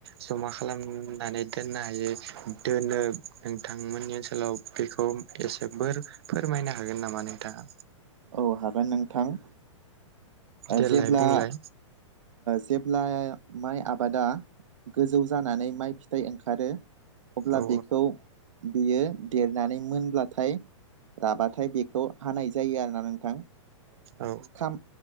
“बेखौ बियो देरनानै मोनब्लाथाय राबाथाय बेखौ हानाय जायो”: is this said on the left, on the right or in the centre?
Right